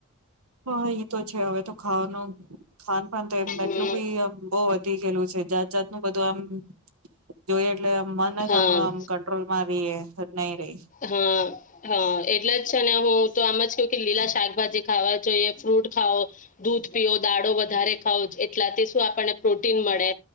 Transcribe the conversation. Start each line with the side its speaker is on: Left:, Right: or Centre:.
Right: હ તો છે હવે તો ખાવાનું ખાન પાાન તો એમ
Left: હમ
Right: એટલું બી બહ ગયલું છે જાત જાતનુંું બધું આમ જોઈએ એટલે મન
Left: હા
Right: જ આપડું આમ કંટ્રોલ માં રહીએ નહી રહી
Left: હા હા એટલે જ ને હું તો આમ જ ક કે લીલા શાકભાજી ખાવા જોઈએ ફ્રૂટ ખાઓ દૂધ પીઓ દાડો વધારે ખાઓ એટલા શું આપણને પ્રોટીન મળે